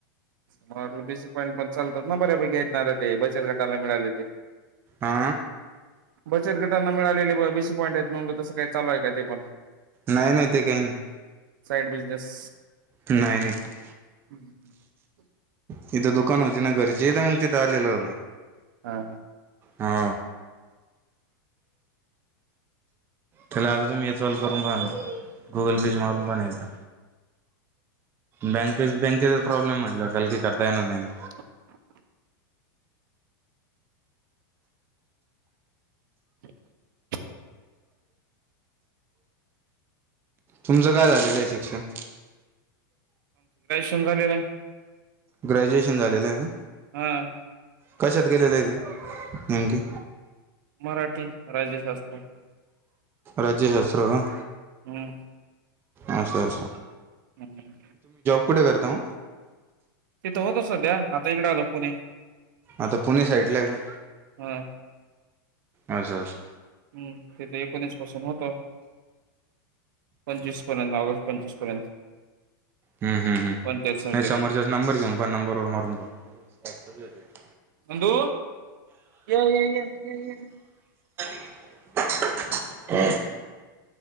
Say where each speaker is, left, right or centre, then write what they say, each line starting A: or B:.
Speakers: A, on the right; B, on the right.
A: मला वाटलं बेसी पॉईंट पण चालतात ना बऱ्यापैकी आहेतणार ते बचत गाटाला मिळालेले.
B: आ
A: बचत गटांना मिळालेले ब अ बीशी पॉईंट आहेत म्हणून तसं काही चालू आहे का ते पण
B: नाही नाही ते काही नाही
A: साईड बिझनेस
B: नाही नाही.
A: हम् ह
B: तिथं दुकान होती ना घरची तर मग तिथं आलेलो
A: हा
B: हा त्याला आता तुम्ही यचवाल करून बघाना गुगल पे मारून पा नाहीतर, बँके बँकेचा प्रॉब्लेम म्हटल्यावर हेल्डी करता येणार नाही ना?
A: <inaudible> <inaudible>
B: तुमचं काय झालेलं आहे शिक्षण?
A: शिक्षण झाालेला आहे.
B: ग्रॅज्युएशन झालेलं आहे का?
A: हम्म
B: कशात केलेलं आहे ते नेमकीे?
A: मराठी राज्यशास्त्र
B: राज्यशास्त्र का?
A: हम्
B: अस अस
A: हम्म
B: कुठे करता ओ
A: तिथं होत सध्या आता इकडे आलो पुणे.
B: आता पुणे साइडला आहे का?
A: हा
B: अस अस
A: हम्म तेथ एकोणीस पासून होत पंचवीस पर्यंत लागत पचवीस पर्यंत
B: हम्म हम् हम्
A: पंचायत समितीला
B: नाही समोरच्याच नंबर घेऊन पा नंबर वर मारून पा <unintelligible>
A: नंदू या या य य य
B: हम